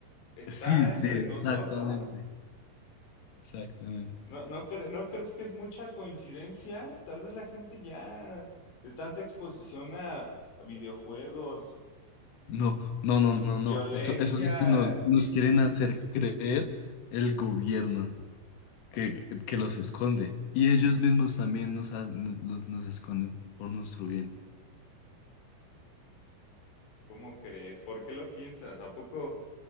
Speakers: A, on the left; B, on the left.
A: está
B: sí,
A: entre
B: sí, exactamente,
A: nosotros.
B: exactamente.
A: No, no, cre- ¿no crees que es mucha coincidencia? Tal vez la gente ya de tanta exposición a, a videojuegos,
B: No, no, no, no, no.
A: violencia
B: Eso, eso es lo que nos, nos
A: y,
B: quieren hacer
A: y-
B: creer el gobierno que, que los esconde. Y ellos mismos también nos, ha- nos, nos esconden por nuestro bien.
A: ¿cómo crees? ¿Por qué lo piensas? ¿A poco